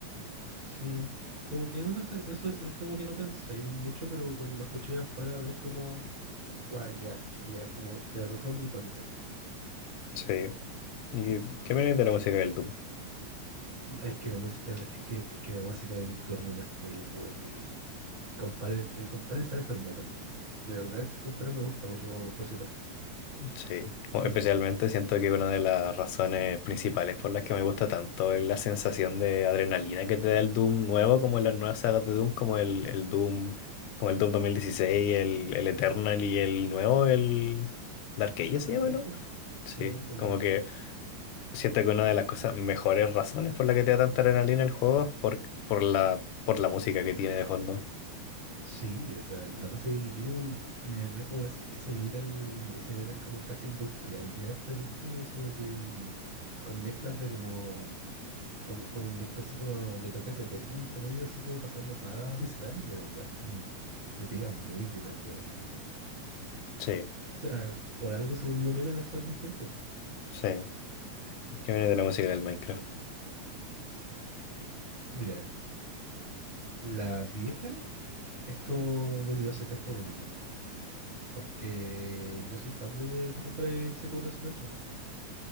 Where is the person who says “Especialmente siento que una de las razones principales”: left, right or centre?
Left